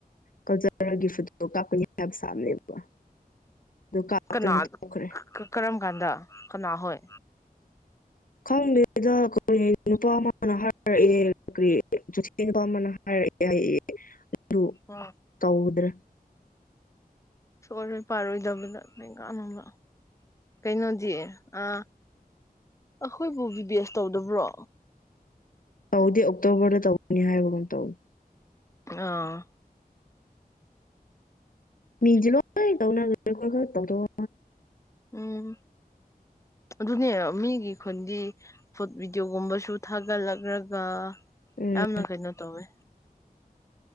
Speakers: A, on the left (about 60°); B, on the left (about 20°).
A: ꯀꯜꯆꯔꯒꯤ ꯐꯣꯇꯣ ꯀꯥꯞꯀꯅꯤ ꯍꯥꯏꯕ ꯁꯥꯕꯅꯦꯕ ꯑꯗꯨꯣ ꯀꯥꯞꯇꯅ
B: ꯀꯅꯥ
A: ꯊꯣꯛꯈ꯭ꯔꯦ
B: ꯀ- ꯀꯔꯝ ꯀꯥꯟꯗ ꯀꯅꯥ ꯍꯣꯏ
A: ꯈꯪꯗ ꯀ ꯅꯨꯄꯥ ꯑꯃꯅ ꯍꯥꯏꯔꯛꯑꯦ ꯀꯤ ꯅꯨꯄꯥ ꯑꯃꯅ ꯍꯥꯏꯔꯛꯑꯦ ꯌꯥꯏ ꯑꯗꯨ
B: ꯑ
A: ꯀꯧꯗ꯭ꯔꯥ
B: ꯁꯣꯏꯂꯣꯏ ꯄꯥꯔꯣꯏꯗꯕꯗ ꯀ ꯀꯥꯟꯅꯕ ꯀꯩꯅꯣꯗꯤ ꯑꯥ ꯑꯩꯈꯣꯏꯕꯨ ꯚꯕꯤ ꯕꯦꯁ ꯇꯧꯗꯕ꯭ꯔꯣ
A: ꯇꯧꯗꯦ ꯑꯣꯛꯇꯣꯕꯔꯗ ꯇꯧꯒꯅꯤ ꯍꯥꯏꯕꯒꯨꯝ ꯇꯧꯅꯤ
B: ꯑꯥ
A: ꯃꯤꯖꯂ ꯇꯧ ꯇꯣ
B: ꯎꯝ ꯑꯗꯨꯅꯦ ꯃꯤꯒꯤ ꯈꯨꯟꯗꯤ ꯐꯣ ꯚꯤꯗꯤꯑꯣꯒꯨꯝꯕꯁꯨ ꯊꯥꯒꯠꯂꯛꯂꯒ
A: ꯎꯝ
B: ꯌꯥꯝꯅ ꯀꯩꯅꯣ ꯇꯧꯋꯦ